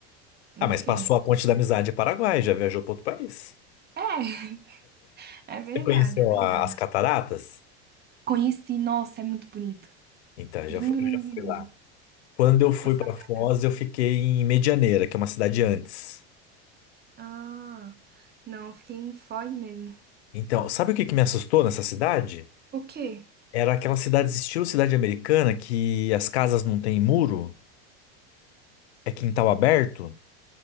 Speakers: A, on the right; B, on the left.
A: Enfim.
B: Ah, mas passou a ponte da amizade em Paraguai, já viajou para outro país.
A: É, <laughs> é verdade,
B: Você conheceu
A: é verdade.
B: a- as cataratas?
A: Conheci, nossa, é muito bonito.
B: Então, eu já
A: Lindo,
B: fui, eu
A: lindo,
B: já fui
A: lindo.
B: lá. Quando eu fui
A: As
B: pra
A: cataratas.
B: Foz, eu fiquei em Medianeira, que é uma cidade antes.
A: Ah, não, eu fiquei em Foz mesmo.
B: Então, sabe o que que me assustou nessa cidade?
A: O quê?
B: Era aquelas cidades estilo cidade americana que as casas não têm muro, é quintal aberto.